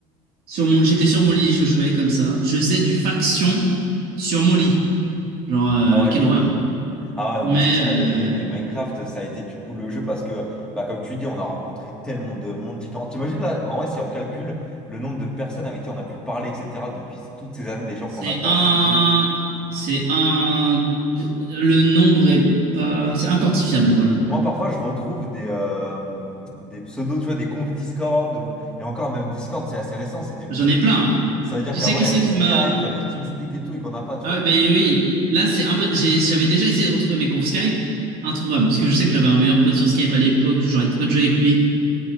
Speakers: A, on the right; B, in the centre.
A: sur mon, j'étais sur mon lit, je jouais comme ça. Je faisais du faction sur mon lit. Genre, euh,
B: Ah ouais.
A: quelle horreur.
B: Ah ouais, non,
A: Mais
B: mais c'est ça.
A: euh,
B: Et Minecraft, ça a été du coup le jeu parce que, bah, comme tu dis, on a rencontré tellement de mondes différents. T'imagines là, en vrai, si on calcule le nombre de personnes avec qui on a pu parler, etc., depuis toutes ces années, des gens
A: c'est
B: qu'on a perdu
A: un,
B: de vue,
A: c'est un, le nombre est pas, c'est inquantifiable, voilà.
B: Moi, parfois, je retrouve des, euh, des pseudos, tu vois, des confs Discord, ou... et encore même Discord, c'est assez récent, c'est 2018.
A: J'en ai plein.
B: Ça veut dire
A: Tu
B: qu'avant,
A: sais qui
B: il y avait
A: c'est qui
B: Skype,
A: m'a,
B: il y avait TeamSpeak et tout, et qu'on n'a pas, tu
A: Ah
B: vois.
A: ouais, bah oui, là c'est un peu- j'ai- j'avais déjà essayé de retrouver mes confs Skype, introuvable, parce que je sais que j'avais un meilleur pote sur Skype à l'époque, j'arrêtais pas de jouer avec lui,